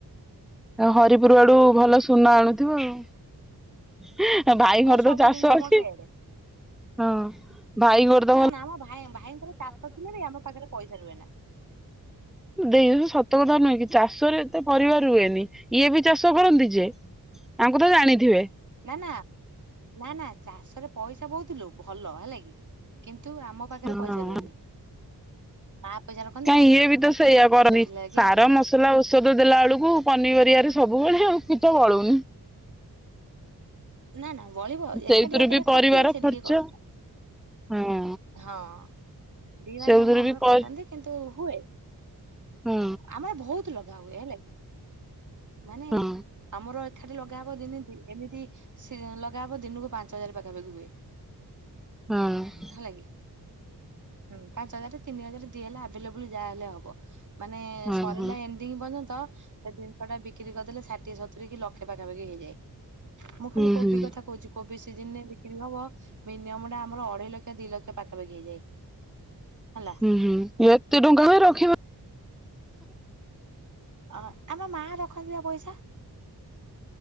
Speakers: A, in the centre; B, on the right.
A: ହରିପୁର ଆଡୁ ଭଲ ସୁନା ଆଣୁଥିବ ଆଉ। ଭାଇ
B: ମୋର
A: ଘର
B: ସବୁ
A: ତ ଚାଷ
B: ଜିନିଷ
A: ଅଛି।
B: ମୋର ସେଇଆଡେ
A: ହଁ ଭାଇଙ୍କର ତ
B: ନା
A: ଭଲ
B: ନା ଆମ ଭାଇ ଭାଇଙ୍କର ଚାଷ କରିଥିଲେ ବି ଆମ ପାଖରେ ପଇସା ରୁହେ ନା।
A: ଦେଇ ସତ କଥା ନୁହେଁ କି ଚାଷରେ ଏତେ ପରିବାର ହୁଏନି ଇଏ ବି ଚାଷ କରନ୍ତି ଯେ ତାଙ୍କୁ ତ ଜାଣିଥିବେ।
B: ନା ନା ନା ନା ଚାଷରେ ପଇସା ବହୁତୁଲୋ ଭଲ ହେଲା କିି କିନ୍ତୁ କିନ୍ତୁ ଆମ ପାଖରେ
A: ହଁ
B: ପଇସା ରୁହେନି। ମା ପଇସା ରଖନ୍ତି
A: କାଇଁ
B: ନା
A: ଇଏ ବି ତ ସେଇଆ କରନି
B: ସେଥିଲାଗି
A: ସାର
B: ଆମେ
A: ମସଲା ଔଷଧ ଦେଲା ବେଳକୁ ପନିପରିବାରେ ସବୁ ବୁ ବେଳେ ଆଉ କିଛି ତ ବଳୁନି।
B: ନା ନା ବଳିବ
A: ସେଇଥିରୁ
B: ଏକାଠି ଏକାଠା
A: ବି ପରିବାର
B: ଖଟିଲେ ସେ
A: ଖର୍ଚ୍ଚ
B: ଟିକେ କଷ୍ଟ।
A: ହଁ
B: ହଁ। ଦି ଭାଇ
A: ସେଉଥିରେ
B: ତାଙ୍କ ଆମର
A: ବି ପଇ
B: ଖଟନ୍ତି କିନ୍ତୁ ହୁଏ
A: ହଁ
B: ଆମର ବହୁତ ଲୋକ ହୁଏ ହେଲା କି ମାନେ
A: ହଁ
B: ଆମର ଏକାଠି ଲଗାହବ ଦିନେ ଦିନେ ଏମିତି ସେ ଲଗାହବ ଦିନକୁ ପାଞ୍ଚ ହଜାର ପାଖାପାଖି ହୁଏ।
A: ହୁଁ।
B: ହେଲା କି। ହୁଁ ପାଞ୍ଚ ହଜାର ତିନି ହଜାର ଦିହଲେ ଆଭେଲେବୁଲ ଯାହାହେଲେ ହବ। ମାନେ
A: ହଁ
B: ସରିଲା
A: ହଁ।
B: ଏଣ୍ଡିଙ୍ଗ ପର୍ଯ୍ୟନ୍ତ। ତ ସେ ଜିନିଷ ଟା ବିକ୍ରି କରିଦେଲେ ଷାଠିଏ ସତୁରି କି ଲକ୍ଷେ ପାଖାପାଖି ହେଇଯାଏ ମୁଁ
A: ହୁଁ
B: ଖାଲି କୋବି
A: ହୁଁ
B: କଥା କହୁଛି କୋବି ଦିନରେ ବିକ୍ରି ହବ ମିନିମମ ଟା ଆମର ଅଢ଼େଇ ଲକ୍ଷ ଦି ଲକ୍ଷ ପାଖାପାଖି ହେଇଯାଏ। ହେଲା
A: ହୁଁ ହୁଁ ଏତେ ଟଙ୍କା ହୁଏ ରଖିବ
B: ଆ-ଆମ ମା ରଖନ୍ତି ପା ପଇସା।